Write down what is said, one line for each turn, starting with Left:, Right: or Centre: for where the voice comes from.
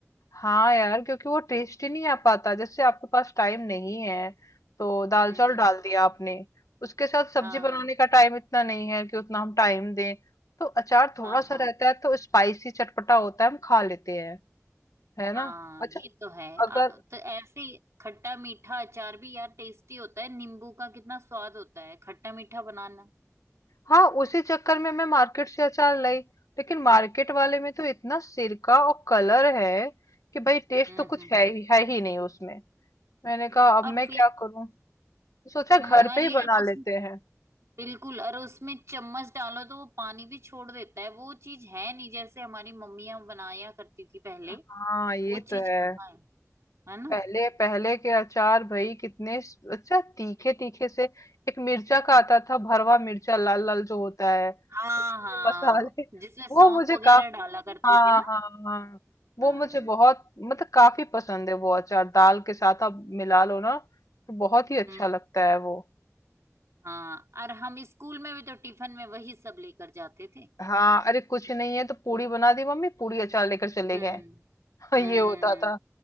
Left: हाँ यार क्योंकि वो टेस्टी नहीं आ पाता जैसे आपके पास टाइम नहीं है तो दाल
Right: हम्म
Left: चावल डाल दिया आपने उसके साथ सब्जी
Right: हाँ
Left: बनाने का टाइम इतना नहीं है कि उतना हम टाइम दें तो अचार थोड़ा
Right: हाँ
Left: सा
Right: हाँ
Left: रहता है तो स्पाइसी चटपटा होता है हम खा लेते हैं है
Right: हाँ
Left: ना अच्छा
Right: ये तो है आ,
Left: अगर
Right: तो ऐसे ही खट्टा मीठा अचार भी यार टेस्टी होता है नींबू का कितना स्वाद होता है खट्टा मीठा बनाना
Left: हाँ उसी चक्कर में मैं मार्केट से अचार लाई लेकिन मार्केट वाले में तो इतना सिरका और कलर है कि भाई टेस्ट
Right: हम्म
Left: तो
Right: हम्म
Left: कुछ
Right: हम्म।
Left: है ही है ही नहीं उसमें मैंने कहा अब
Right: और
Left: मैं
Right: वे-
Left: क्या करूं तो सोचा घर
Right: हम्म और
Left: पे ही
Right: यार
Left: बना
Right: उस
Left: लेते हैं
Right: बिल्कुल और उसमें चम्मच डालो तो वो पानी भी छोड़ देता है वो चीज है नहीं जैसे हमारी मम्मियां बनाया करती थी पहले
Left: हाँ ये
Right: वो
Left: तो
Right: चीज
Left: है
Right: कहाँ है है ना
Left: पहले पहले के अचार भाई कितने स- अच्छा तीखे तीखे से एक मिर्चा का आता था भरवा मिर्चा लाल लाल जो होता है
Right: हाँ
Left: उसमें
Right: हाँ
Left: मसाले
Right: जिसमें
Left: वो
Right: सौंफ
Left: मुझे
Right: वगैरह
Left: काफी
Right: डाला करते
Left: हाँ
Right: थे ना
Left: हाँ हाँ वो
Right: हाँ
Left: मुझे बहुत मतलब काफी पसंद है वो अचार दाल के साथ आप मिला लो ना तो बहुत ही अच्छा
Right: हम्म
Left: लगता है वो
Right: हाँ और हम स्कूल में भी तो टिफिन में वही सब लेकर जाते थे
Left: हाँ अरे कुछ नहीं है तो पूड़ी बना दी मम्मी पूड़ी अचार लेकर चले
Right: हम्म
Left: गए <laughs> ये
Right: हम्म
Left: होता था